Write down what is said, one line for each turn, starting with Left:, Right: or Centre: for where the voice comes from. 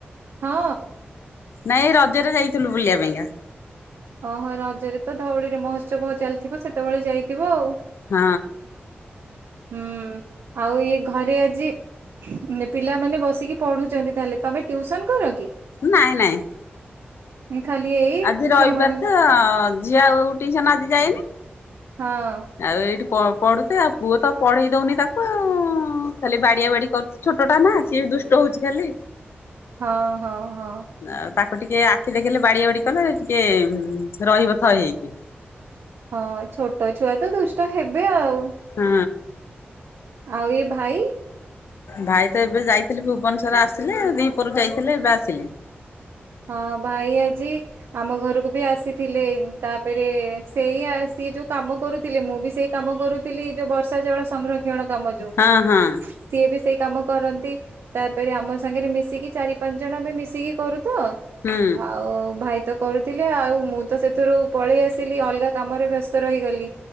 Right: ହଁ।
Left: ନାଇଁ ରଜରେ ଯାଇଥିଲୁ ବୁଲିବା ପାଇଁକା।
Right: ଓହୋ ରଜରେ ତ ଧଉଳିରେ ମହୋତ୍ସବ ଚାଲିଥିବ ସେତେବେଳେ ଯାଇଥିବ ଆଉ।
Left: ହଁ।
Right: ହୁଁ ଆଉ ଇଏ ଘରେ ଆଜି ପିଲାମାନେ ବସିକି ପଢୁଛନ୍ତି ତାହେଲେ, ତମେ ଟ୍ୟୁସନ କର କି?
Left: ନାଇଁ ନାଇଁ
Right: ଖାଲି ଏଇ
Left: ଆଜି
Right: ଛୁଆ
Left: ରଇବାର୍
Right: ମାନଙ୍କୁ
Left: ତ ଝିଅ ଆଉ ଟିଇସନ ଆଜି ଯାଇନି
Right: ହଁ।
Left: ଆଉ ଏଇଠି ପଢୁଛି ଆଉ ପୁଅ ତ ପଢେଇ ଦଉନି ତାକୁ ଉଁ ହଁ ଖାଲି ବାଡି଼ଆ ବାଡି଼ କରୁଛି ଛୋଟ ନା ସିଏ ବି ଦୁଷ୍ଟ ହଉଛି ଖାଲି।
Right: ହଁ ହଁ ହଁ
Left: ଆଉ ତାକୁ ଟିକେ ଆଖି ଦେଖିଲେ ବାଡିଆ ବାଡି କଲେ ଟିକେ ରହିବ ଥଇ ହେଇକି।
Right: ହଁ ଛୋଟ ଛୁଆ ତ ଦୁଷ୍ଟ ହେବେ ଆଉ
Left: ହଁ।
Right: ଆଉ ଏ ଭାଇ।
Left: ଭାଇ ତ ଏବେ ଯାଇଥିଲି ଭୁବନେଶ୍ୱର ଆସିଲେ ଦିପହରୁ ଯାଇଥିଲେ ଏବେ ଆସିଲେ।
Right: ହଁ ଭାଇ ଆଜି ଆମ ଘରକୁ ବି ଆସିଥିଲେ। ତାପେରେ ସେଇ ସିଏ ଯୋଉ କାମ କରୁଥିଲେ ମୁଁ ବି ସେଇ କାମ କରୁଥିଲି ଯୋଉ ବର୍ଷା ଜଳ ସଂରକ୍ଷଣ କାମ ଯୋଉ
Left: ହଁ ହଁ
Right: ସିଏ ବି ସେଇ କାମ କରନ୍ତି ତାପେରେ ଆମ ସାଙ୍ଗରେ ମିଶିକି ଚାରି ପାଞ୍ଚ ଜଣ ଆମେ ମିଶିକି କରୁ ତ
Left: ହୁଁ
Right: ଆଉ ଭାଇ ତ କରୁଥିଲେ ଆଉ ମୁଁ ତ ସେଥିରୁ ପଳେଇ ଆସିଲି ଅଲଗା କାମରେ ବ୍ୟସ୍ତ ରହିଗଲି